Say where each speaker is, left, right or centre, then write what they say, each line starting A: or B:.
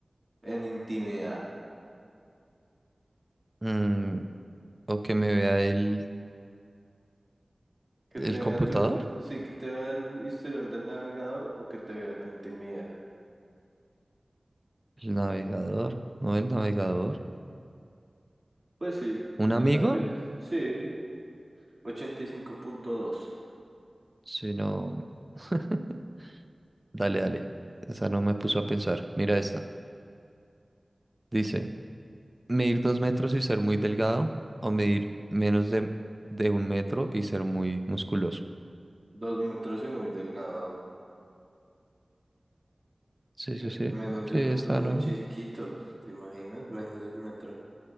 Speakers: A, on the right; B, on the right.
A: en intimidad.
B: Mm, o que me vea el
A: Que
B: ¿El
A: te
B: computador?
A: vea tu, tu- sí, que te vea el historial del navegador o que te vea tu intimidad.
B: ¿El navegador? No el navegador.
A: Pues sí,
B: ¿Un
A: yo
B: amigo?
A: también. Sí, ochenta y cinco punto Dos
B: Si no... <laughs> Dale, dale. Esa no me puso a pensar. Mira esta. Dice, medir dos metros y ser muy delgado o medir menos de, de un metro y ser muy musculoso.
A: dos metros y muy delgado.
B: Sí,
A: Yo-
B: sí, sí.
A: menos
B: Sí,
A: de un
B: está
A: metro es muy
B: normal.
A: chiquito. ¿Te imaginas? Menos de un metro.